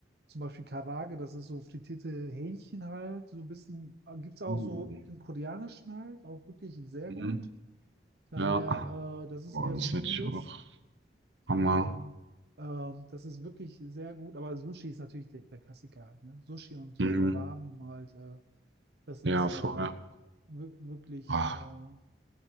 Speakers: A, on the right (about 65°); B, on the right (about 85°).
A: zum Beispiel Karage, das ist so frittierte Hähnchen halt. So ein bisschen, gibt es auch
B: Uh,
A: so im Koreanischen halt, auch wirklich sehr
B: mhm.
A: gut. Daher,
B: Ja,
A: äh, das ist
B: boah,
A: eher
B: das
A: so ein
B: hätte
A: Imbiss.
B: ich auch.
A: Daher,
B: Hammer.
A: ähm, das ist wirklich sehr gut, aber Sushi ist natürlich der, der Klassiker. halt, Ne? Sushi und so
B: Mhm.
A: Ramen halt, äh, das ist
B: Ja, voll.
A: äh, wir- wirklich
B: Ah,
A: äh,